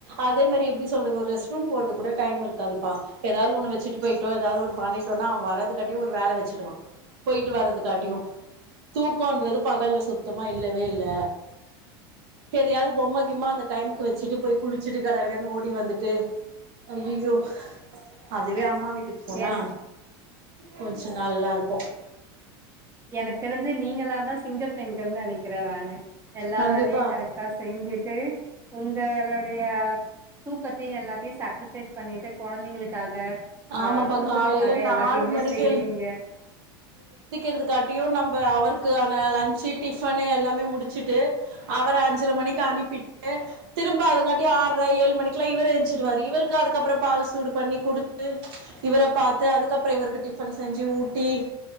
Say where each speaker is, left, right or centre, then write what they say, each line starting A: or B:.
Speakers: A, on the right; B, on the right.
A: அதே மாரி எப்டி சொல்றது ஒரு ரெஸ்ட்ரூம் போறது. கூட டைம் இருக்காதுப்பா ஏதாவது ஒண்ணு வெச்சுட்டு போயிட்டோ ஏதாவது ஒண்ணு பண்ணிட்டோனா அவே வர்றது காட்டியோ ஒரு வேல வெச்சுடுவான் போயிட்டு வர்றது காட்டியு
B: ம்
A: தூக்கன்றது பகல்ல சுத் சுத்தமா இல்லவே இல்ல எதையாது பொம்ம கிம்மா அந்த டைமுக்கு வெச்சுட்டு போய் குளிச்சுட்டு கட கடன்னு ஓடி வந்துட்டு ஐயியோ அதுவே அம்மா வீட் வீட்டுக்கு போனா
B: என
A: கொஞ்சோ நல்லா இருக்கும்
B: எனக்கு தெரிஞ்சு நீங்களாதா சிங்க பெண்கள்னு நெனைக்கிற நானு எல்லா
A: கண்டிப்பா
B: வேலையு கரெக்டா செஞ்சுட்டு உங்க ளுடைய தூக்கத்தையு எல்லாத்தையு சாக்கரிஃபைஸ் பண்ணிட்டு கொழந்தைங்களுக்காக
A: ஆமாப்பா
B: அ குடும்பத்துக்காக
A: காலையில நாலு
B: எல்லாத்தையுமே
A: மணிக்கு
B: செய்யுறீங்க
A: இதுக்காட்டியோ நம்ப அவருக்கான லன்ஞ்சு டிஃபன் எல்லாமே முடித் ச்சிட்டு அவர அஞ்சர மணிக்கு அனுப்பிட்டு திரும்ப அதுங்காட்டி ஆறர ஏழு மணிக்குலா இவரு ஏஞ்சிடுவாரு இவருக்கு அதுக்கப்புறோ பால் சூடு பண்ணி குடுத்து இவர பாத்து அதுக்கப்புறோ இவருக்கு டிஃபன் செஞ்சு ஊட்டி